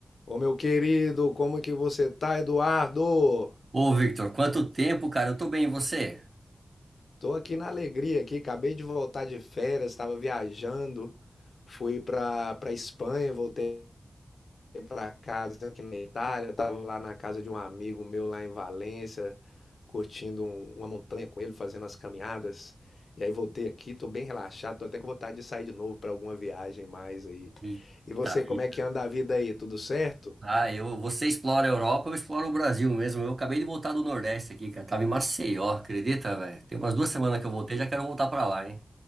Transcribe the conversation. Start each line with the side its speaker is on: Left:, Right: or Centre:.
Left: Ô meu querido, como que você tá, Eduardo?
Right: Ô, Victor, quanto tempo, cara? Eu tô bem, e você?
Left: Tô aqui na alegria aqui, acabei de voltar de férias, estava viajando, fui pra para Espanha, voltei pra casa aqui na Itália, tava lá na casa de um amigo meu lá em Valência, curtindo um- uma montanha com ele, fazendo as caminhadas. E aí voltei aqui, tô bem relaxado, tô até com vontade de sair de novo pra alguma viagem mais aí.
Right: Eita
Left: E você, como
Right: vida.
Left: é que anda a vida aí? Tudo certo?
Right: Ah, eu, você explora a Europa, eu exploro o Brasil mesmo. Eu acabei de voltar do Nordeste aqui, cara. Tava em Maceió, acredita, velho? Tem umas duas semanas que eu voltei, já quero voltar pra lá, hein?